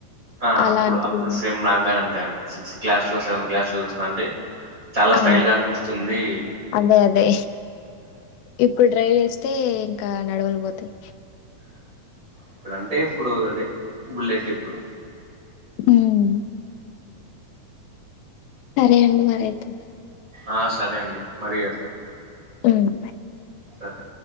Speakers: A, on the right; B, on the left.
A: ఆ
B: అలాంటివి
A: అప్పుడు అప్పుడు సేమ్ నాకుగాని అంతే అండి సిక్స్త్ క్లాస్ లో సెవెంత్ క్లాస్ లో చూస్తా అంటే చాలా
B: ఆ
A: స్టైల్గా అనిపిస్తుంది
B: అదే అదే ఇప్పుడు డ్రైవ్ చేస్తే ఇంకా నడమలు పోతాయి
A: ఇప్పుడ అంటే ఇప్పుడు అదే బుల్లెట్ ఇప్పుడు
B: ఉమ్ సరే అండి మరి అయితే
A: ఆ సరే అండి మరీ చేస్తాను
B: ఉమ్
A: సరే